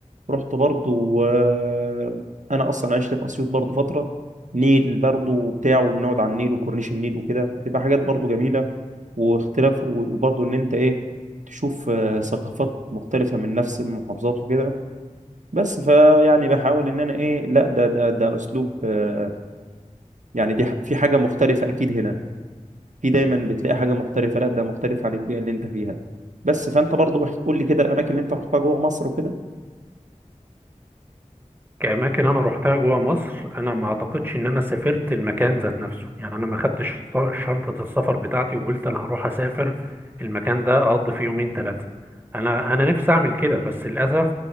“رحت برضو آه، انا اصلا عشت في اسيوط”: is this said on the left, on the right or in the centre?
Right